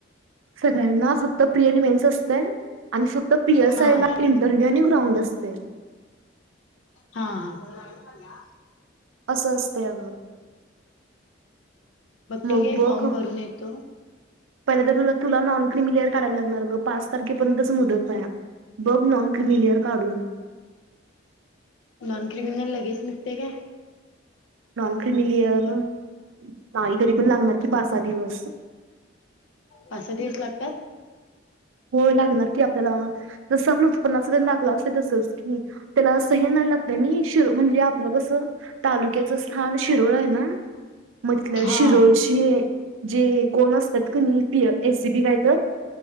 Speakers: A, on the right; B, on the left.
A: सगळ्यांना फक्त प्रि आणि मेन्स असतय आणि फक्त पीएसआयला
B: हा.
A: इंटरव्हू आाणि ग्राउंड असते.
B: हा हा
A: असं असते अगं मग
B: तु
A: बघ
B: फॉर्म भरून येतो
A: पहिला तुला नॉन क्रिमिलेअर कढायला लागणार गं पाच तारखेपर्यंतच मुदत आहे. बघ नॉन क्रिमिलियर काढून
B: नॉन क्रिमिनल लगेच निघते ग
A: नॉन क्रिमिलियर नाही तरी पण लागणार की पाच सहा दिवस
B: पाच सहा दिवस लागतात
A: हो लागणार की आपल्याला जसं आपल्या उत्पन्नाच दाखला असे तसच की त्यालां हे नाही लागतय शिर म्हणजे आपलं कसं तालुक्याचं स्थान शिरोवळ आहे ना मग तिथल्या
B: हा
A: शिरळची जे कोण असतात क नाही एसीपी काय तर